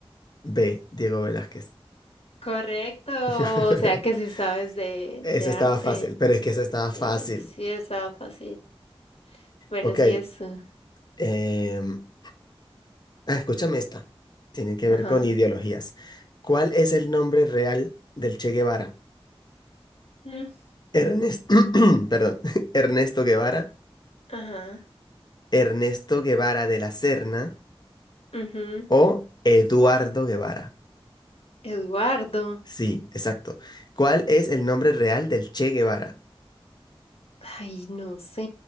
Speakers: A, on the left; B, on the left.
A: B, Diego Velázquez.
B: Correcto,
A: <laughs>
B: o sea que sí sabes de,
A: Ese
B: de
A: estaba
B: arte.
A: fácil, pero es que eso estaba
B: Sí,
A: fácil.
B: sí estaba fácil. Bueno,
A: Ok.
B: sí es tú.
A: em, ah, escúchame esta. Tiene que
B: Ajá.
A: ver con ideologías. ¿Cuál es el nombre real del Che Guevara?
B: Mm.
A: Ernest, <clears throat> perdón, <laughs> Ernesto Guevara,
B: Ajá.
A: Ernesto Guevara de la Serna
B: ujú.
A: o Eduardo Guevara.
B: Eduardo.
A: Sí, exacto. ¿Cuál es el nombre real del Che Guevara?
B: Ay, no sé,